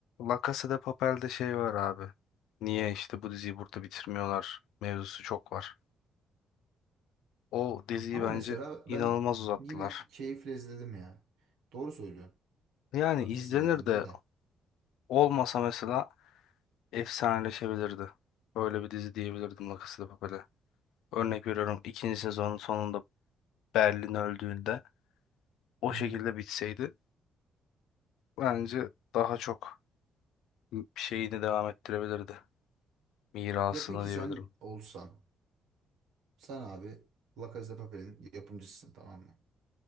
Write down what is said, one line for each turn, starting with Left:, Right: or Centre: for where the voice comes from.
Left: La Casa de Papel'de şey var abi. Niye işte bu diziyi burada bitirmiyorlar mevzusu çok var. O diziyi
Right: Ama
Left: bence
Right: mesela
Left: inanılmaz
Right: ben
Left: uzattılar.
Right: yine keyifle izledim ya. Doğru söylüyorsun.
Left: Yani
Right: Haklısın
Left: izlenir
Right: dediğinde
Left: de
Right: de.
Left: olmasa mesela efsaneleşebilirdi. Böyle bir dizi diyebilirdim La Casa de Papel'e. Örnek veriyorum ikinci sezonun sonunda Berlin öldüğünde o
Right: Hı
Left: şekilde
Right: hı.
Left: bitseydi bence daha çok bir şeyini devam ettirebilirdi. Mirasını
Right: Ya peki sen
Left: diyebilirim.
Right: olsan Sen abi La Casa de Papel'in yapımcısısın tamam mı?